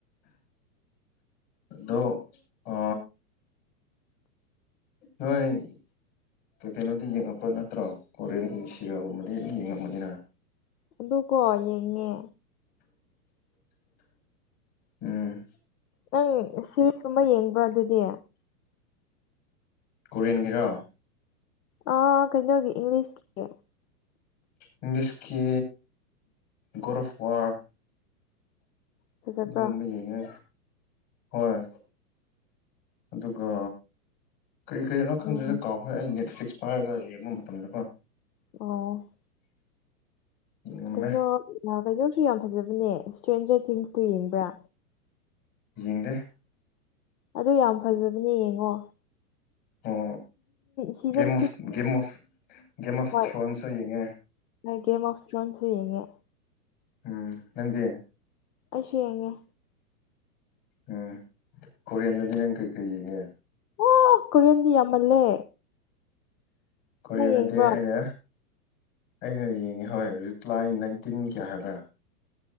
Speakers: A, on the left; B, on the left.
A: ꯑꯗꯣ ꯑ ꯍꯣꯏ ꯑꯣ ꯀꯩꯅꯣꯗꯤ ꯌꯦꯡꯉꯛꯄ ꯅꯠꯇ꯭ꯔꯣ ꯀꯣꯔꯤꯌꯟꯒꯨꯝꯕ ꯁꯤꯔꯦꯜꯒꯨꯝꯕꯗꯤ ꯑꯗꯨꯝ ꯌꯦꯡꯉꯃꯅꯤꯅ
B: ꯑꯗꯨ ꯀꯣ ꯌꯦꯡꯉꯦ
A: ꯎꯝ
B: ꯅꯪ ꯁꯤꯔꯤꯁꯨꯝꯕ ꯌꯦꯡꯕ꯭ꯔꯥ ꯑꯗꯨꯗꯤ
A: ꯀꯣꯔꯤꯌꯟꯒꯤꯔꯣ
B: ꯑ ꯀꯩꯅꯣꯒꯦ ꯏꯪꯂꯤꯁ ꯀ
A: ꯏꯪꯂꯤꯁꯀꯤ ꯒꯣꯔꯐꯋꯥ
B: ꯐꯖꯕ꯭ꯔꯥ
A: ꯑꯗꯣꯒꯨꯝꯕ ꯌꯦꯡꯉꯦ ꯍꯣꯏ ꯑꯗꯨꯒ ꯀꯔꯤ ꯀꯔꯤꯅꯣ ꯈꯪꯗꯔꯦꯀꯣ
B: ꯎꯝ
A: ꯑꯩꯈꯣꯏ ꯑꯩ ꯅꯦꯠꯐ꯭ꯂꯤꯛꯁ ꯄꯥꯏꯔꯒ ꯌꯦꯡꯕ ꯃꯇꯝꯗꯀꯣ
B: ꯑꯣ
A: ꯌꯦꯡꯉꯝꯃꯦ
B: ꯀꯩꯅꯣ ꯀꯩꯅꯣꯁꯨ ꯌꯥꯝ ꯐꯖꯕꯅꯦ ꯏꯁꯇ꯭ꯔꯦꯟꯖꯔ ꯊꯤꯡꯁꯇꯨ ꯌꯦꯡꯕ꯭ꯔꯥ
A: ꯌꯦꯡꯗꯦ
B: ꯑꯗꯨ ꯌꯥꯝ ꯐꯖꯕꯅꯦ ꯌꯦꯡꯉꯣ
A: ꯑꯣ
B: season
A: game of
B: six
A: game of game of
B: ꯍꯣꯏ
A: ꯊ꯭ꯔꯣꯟꯁꯨ ꯌꯦꯡꯉꯦ
B: ꯒꯦꯝ ꯑꯣꯐ ꯊ꯭ꯔꯣꯟꯁꯨ ꯌꯦꯡꯏ
A: ꯎꯝ ꯅꯪꯗꯤ
B: ꯑꯩꯁꯨ ꯌꯦꯡꯉꯦ
A: ꯎꯝ ꯀꯣꯔꯤꯌꯥꯟꯗꯗꯤ ꯅꯪ ꯀꯩ ꯀꯩ ꯌꯦꯡꯉꯦ
B: ꯑꯣ ꯀꯔꯤꯌꯟꯅꯤ ꯌꯥꯝꯃꯜꯂꯦ
A: ꯀꯣꯔꯤꯌꯥꯅꯗꯤ
B: ꯅꯪ ꯌꯦꯡꯕ꯭ꯔꯣ
A: ꯑꯩꯅ ꯑꯩꯅ ꯌꯦꯡꯉꯦ ꯍꯣꯏ ꯔꯤꯄ꯭ꯂꯥꯏ ꯅꯥꯏꯟꯇꯤꯟ ꯀꯌꯥ ꯍꯥꯏꯕ꯭ꯔꯥ